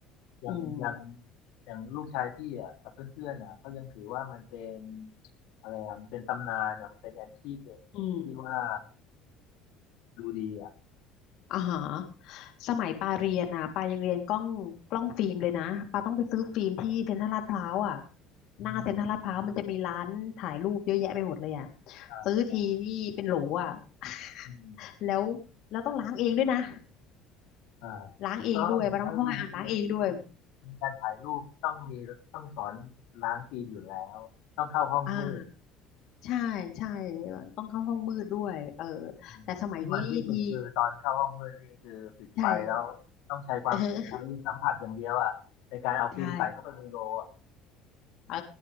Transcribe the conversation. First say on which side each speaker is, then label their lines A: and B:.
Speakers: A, on the left (about 75°); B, on the left (about 55°).
A: อย่างอย่าง
B: อืม
A: อย่างลูกชายพี่อ่ะกับเพื่อนๆอ่ะเขายังถือว่ามันเป็นอะไรอ่ะมันเป็นตำนานอ่ะมันเป็นแอนทีกเลยที่ว่า
B: อืม
A: ดูดีอ่ะ
B: อ่าฮะสมัยปาเรียนนะปายังเรียนกล้องกล้องฟิล์มเลยนะปาต้องไปซื้อฟิล์มที่เซ็นทรัลลาดพร้าวอ่ะ
A: อืม
B: หน้าเซ็นทรัลลาดพร้าวมันจะมีร้านถ่ายรูปเยอะแยะไปหมดเลยอ่ะ
A: ใช่ใช่
B: ซื้อทีนี่เป็นโหลอ่ะ <laughs>
A: อืม
B: แล้วแล้วต้องล้างเองด้วยนะ
A: อ่าถูกต้องถ้าเรียนเรียนเรียนเรียนการถ่ายรูปต้องมีต้องสอน
B: ล้างเองด้วยปาต้องเข้าห้องอ่านล้างเองด้วย
A: ล้างฟิล์มอยู่แล้วต้องเข้าห้องมืด
B: อ่าใช่ใช่ต้องเข้าห้องมืดด้วยเออ
A: อืมที่มันที่สุดคือตอนเข้าห้องมืดนี่คือปิดไฟแล้วต้องใช้ความใช้สัมผัสอย่างเดียวอ่ะในการเอาฟิล์มใส่เข้าไปในโรลอ่ะ
B: แต่สมัยนี้ทีใช่เออ <laughs> ใช่ เออ